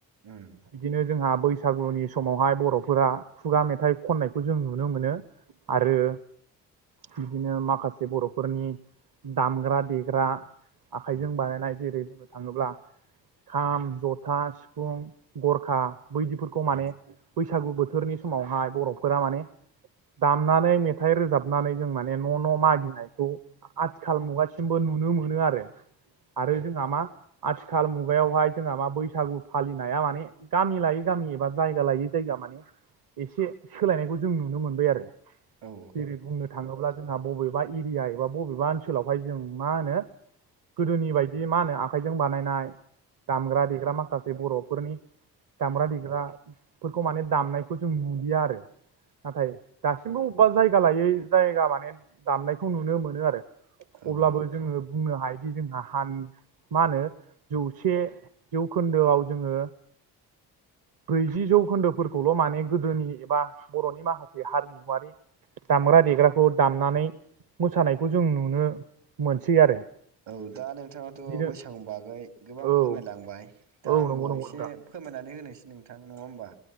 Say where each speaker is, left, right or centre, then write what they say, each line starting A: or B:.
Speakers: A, on the right; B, on the right.
A: उम।
B: बिदिनो जोंहा बैसागुनि समावहाय बर'फोरा खुगा मेथाइ खननायखौ जों नुनो मोनो। आरो बिदिनो माखासे बर'फोरनि दामग्रा देग्रा आखाइजों
A: उम
B: बानायनाय जेरै बुंनो थाङोब्ला खाम जथा सिफुं गरखा बैदिफोरखौ
A: औ
B: माने बैसागु बोथोरनि समावहाय बर'फोरा माने दामनानै मेथाइ रोजाबनानै जों माने न' न' मागिनायखौ आथिखाल मुगासिमबो नुनो मोनो आरो। आरो जोंहा मा आथिखाल मुगायावहाय जोंहा मा बैसागु फालिनाया माने गामि लायै गामि एबा जायगा लायै जायगा माने एसे सोलायनायखौ जों नुनो मोनबाय आरो
A: नंगौ
B: जेरै बुंनो थाङोब्ला जोंहा बबेबा एरिया एबा बबेबा ओनसोलावहाय जों मा होनो गोदोनि बायदि मा होनो आ खाइजों बानायनाय दामग्रा देग्रा माखासे बर'फोरनि दामग्रा देग्रा फोरखौ माने दामनायखौ जों नुलिया आरो नाथाय दासिमबो बबेबा जायगा लायै जायगा माने दामनायखौ नुनो मोनो आरो
A: नंगौ औ औ
B: अब्लाबो जोंङो बुंनो हायोदि जोंहा हान मा होनो जौसे जौखोन आव जोङो ब्रैजि जौ खोन्दोफोरखौल' माने गोदोनि बा बर'नि माखासे हारिमुवारि दामग्रा देग्रा खौ दामनानै मोसानायखौ जों नुनो मोनसै आरो।
A: औ दा नोंथाङाथ'
B: बिदिनो
A: बैसागुनि बागै गोबां
B: औ
A: फोरमायलांबाय दा
B: औ
A: आंबो
B: नंगौ नंगौ
A: एसे
B: नोंथां
A: फोरमायनानै होनोसै नोंथां नङा होमबा